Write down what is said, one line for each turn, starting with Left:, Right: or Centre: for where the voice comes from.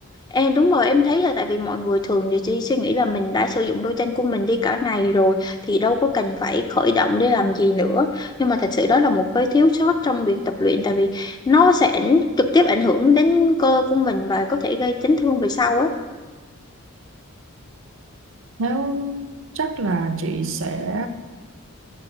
Left: em đúng rồi em thấy là tại vì mọi người thường thì chỉ suy nghĩ là mình đã sử dụng đôi chân của mình đi cả ngày rồi thì đâu có cần phải khởi động để làm gì nữa nhưng mà thật sự đó là một cái thiếu sót trong việc tập luyện tại vì nó sẽ ảnh- trực tiếp ảnh hưởng đến cơ của mình và có thể gây chấn thương về sau
Right: nếu chắc là chị sẽ